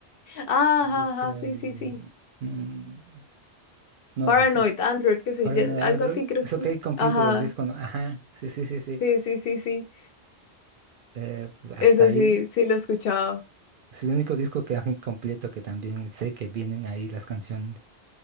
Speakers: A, on the left; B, on the right.
A: Ajá,
B: disco,
A: ajá, sí,
B: el
A: sí, sí.
B: de- mm, no,
A: Paranoid,
B: es...
A: Android, ¿qué sé
B: Para
A: yo?
B: un Android,
A: algo así creo
B: es
A: que.
B: OK Computer,
A: Ajá,
B: el disco no. Ajá, sí, sí, sí, sí.
A: sí, sí, sí, sí.
B: Eh, hasta
A: Ese
B: ahí.
A: sí, sí lo he escuchado.
B: Es el único disco que hay completo que también sé que vienen ahí las canciones.